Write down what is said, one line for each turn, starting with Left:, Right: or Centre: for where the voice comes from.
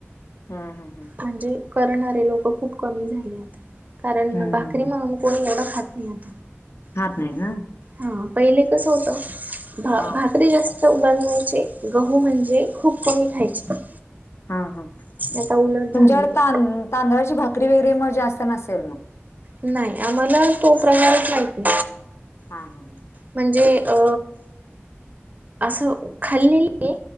Left: हू हू हू.
Right: म्हणजे करणारे लोकं खूप कमी झाले आता. कारण
Left: हम्म
Right: भाकरी
Left: हम्म हम्म.
Right: म्हणून कोणी एवढं खात नाही आता.
Left: खात नाही ना?
Right: हा पहिले कस होत भा
Left: हा
Right: भाकरी जास्त बनवायचे. गहू म्हणजे खूप कमी खायचे.
Left: हा हा.
Right: आता उलट
Left: तुमच्याकडे
Right: झाले ते.
Left: तां तांदळाची भाकरी वगैरे म जास्त नसेल मग
Right: नाही आम्हाला तो प्रकारच माहिती
Left: हा हा हा.
Right: म्हणजे अ आसं खाल्लेली ए.